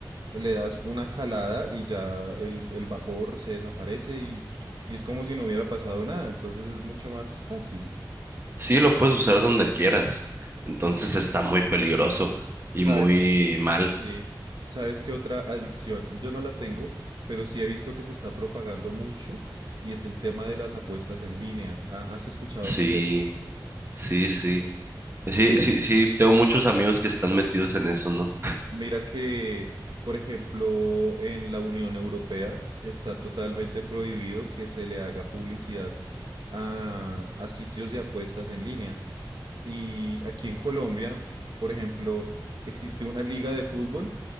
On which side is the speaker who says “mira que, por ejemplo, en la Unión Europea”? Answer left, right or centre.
Right